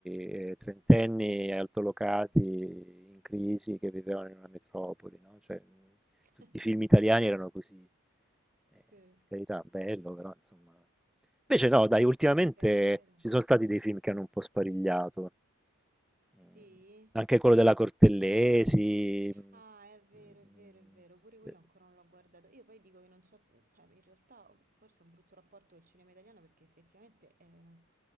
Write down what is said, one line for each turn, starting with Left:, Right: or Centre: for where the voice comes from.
Centre: eh, trentenni altolocati in crisi che vivevano in una metropoli, no? Cioè, mh, tutti
Right: <laughs>
Centre: i film italiani erano così. Eh,
Right: Sì. È
Centre: per carità, bello, però insomma. Invece no, dai, ultimamente
Right: vero, è vero.
Centre: ci sono stati dei film che hanno un po' sparigliato.
Right: Sì?
Centre: Mm, Anche quello della Cortellesi, mm,
Right: Ah, è vero,
Centre: mm,
Right: è vero, è vero, pure quello
Centre: eh,
Right: ancora non l'ho guardato. Io poi dico che non so, cioè, in realtà forse ho un brutto rapporto col cinema italiano perché effettivamente... eh, non-